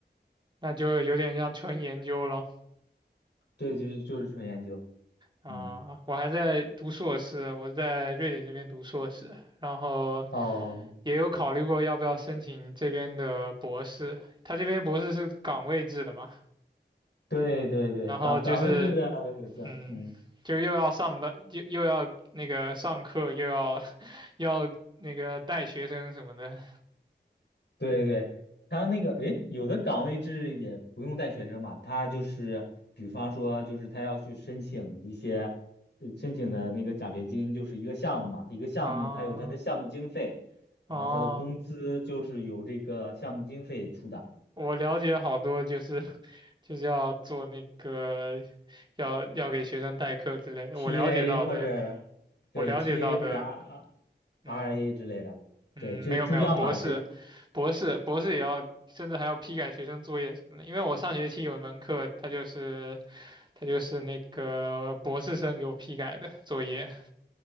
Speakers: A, on the right; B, on the left.
A: 那就有点像纯研究咯。
B: 对，就是就是纯研究，
A: 啊，
B: 嗯，
A: 我还在读硕士，我在瑞典这边读硕士，然后
B: 哦，
A: 也有考虑过要不要申请这边的博士。他这边博士是岗位制的嘛，
B: 对对对，
A: 然后就是
B: 岗岗位制的我知道，
A: 嗯，
B: 嗯。
A: 就是又要上班，又又要那个上课，又要 <laughs> 又要那个带学生什么的
B: 对对，他那个，诶，有的岗位制也不用带学生嘛，他就是，比方说，就是他要去申请一些，呃申请的那个奖学金，就是一个项目嘛，一个项目，
A: 啊
B: 他有他的项目经费，
A: 啊！
B: 然后他的工资就是由这个项目经费出的
A: 我了解好多，就是就是要做那个要要给学生代课之类的。
B: ，TA
A: 我了解到的，
B: 或者对
A: 我了解到的，
B: TA 或者 R R
A: 嗯
B: RA 之类的，
A: 嗯，
B: 对，这助教嘛，
A: 没有没有，博士，
B: 这，
A: 博士，博士也要，甚至还要批改学生作业什么的。因为我上学期有一门课，它就是它就是那个博士生给我批改的作业。